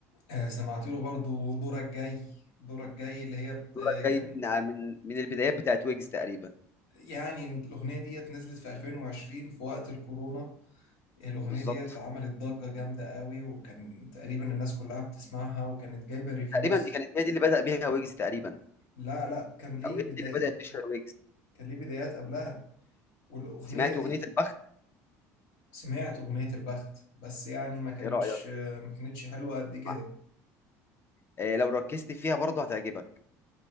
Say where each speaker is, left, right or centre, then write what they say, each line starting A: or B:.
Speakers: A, on the left; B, on the left.
A: آه، سمعت له برضو دورك جاي دورك جاي اللي هي بت...
B: دورك
A: آه، كان
B: جاي من من من البدايات بتاعت ويجز تقريبا
A: يعني الأغنية ديت نزلت في 2020 في وقت الكورونا الأغنية
B: بالظبط
A: ديت عملت ضجة جامدة قوي وكان تقريبا الناس كلها بتسمعها وكانت جايبة ريفيوز
B: تقريبا دي كانت هي دي اللي بدأ بيها ويجز تقريبا
A: لا لا كان ليه
B: او هي
A: بداية
B: دي اللي بدأت تشهر ويجز
A: كان ليه بدايات قبلها والأغنية
B: سمعت
A: دي
B: اغنيه البخت
A: سمعت أغنية البخت بس يعني ما كانتش
B: ايه رأيك؟
A: ما كانتش حلوة قد كده
B: مع- آه، لو ركزت فيها برضه هتعجبك